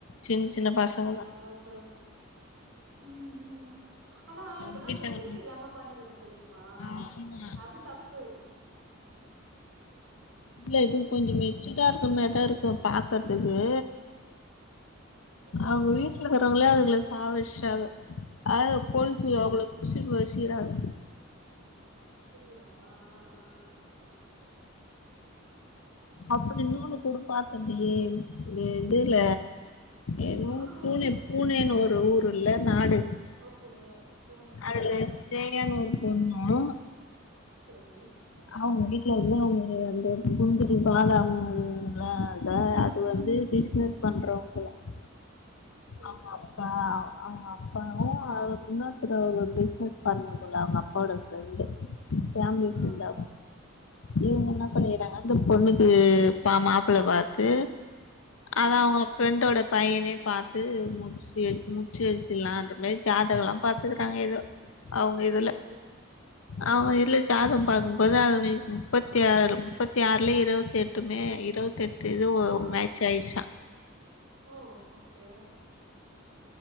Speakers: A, on the left; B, on the right.
A: சின்ன சின்ன பசங்கதா
B: அவதார் ம் ம் ஆனா
A: அவங்க
B: இப்பல்லா
A: வீட்ல
B: மெச்சூரிட்டி
A: இருக்குறவங்க
B: இல்லாம பண்ணுதுங்க தெரியுமா
A: ஆமா
B: அது தப்பு
A: இல்ல இது கொஞ்சோ மெச்சூடா இருக்க மாரிதா இருக்கு பாக்குறதுக்கு
B: அ
A: அவுங்க வீட்ல இருக்குறவுங்களே அதுங்கள சாவடுச்சுட்டாங்க அ போலிஸ்
B: ஓ
A: அவுங்கள புடுச்சுட்டு போயிருச் சிறாங்க
B: அப்புடியா ஆ ஆ
A: அப்புடி இன்னொன்னு கூட பாத்ததுல்லயே இந்த இதுல என்னவோ
B: ஆ
A: பூனே பூனேன்னு ஒரு ஊருல்ல நாடு
B: ஓகே பூனேவா
A: அது ஸ்ரேயானு ஒரு பொண்ணு
B: செரி
A: அவுங்க வீட்லருந்து அவுங்க இந்த சுந்தரி பாலா அவுங்கல்ல த அது
B: ஆ
A: வந்து பிசினஸ்
B: ம்
A: பண்றவுங்களுக்கு
B: ஓகே
A: அவுங்க அப்பா அ அவுங்க அப்பாவும்
B: ஆ
A: அவரு இன்ன அப்பறோ அவுங்க பிஸ்னஸ் பண்ண போறாங்க அப்பாவோட ஃப்ரண்டு ஃபேமிலி ஃப்ரண்டு
B: ஆ ஆ
A: இவுங்க
B: சரி
A: என்ன பண்ணிக்கிறாங்க அந்த பொண்ணுக்கு பா மாப்புள்ள பாத்து அத
B: ஆ
A: அவுங்க ஃப்ரெண்டோட பையனே பாத் த்து முடுச்சு வச் முடுச்சு வச்சுலான்ற மாரி ஜாதோகல்லா பாத்துக்குறாங்க எதோ அவுங்க இதுல
B: ஓகே
A: அவுங்க
B: ம்
A: இல்ல ஜாதகோ பாக்கும் போது அதுங்களுக்கு முப்பத்தி ஆறு முப்பத் இருவத்தாருலயே இருவத்தி எட்டுமே இருவத்தி எட்டு இதுவு
B: ஆ
A: மேச் ஆயிர்ச்சா
B: ஓ ஓகே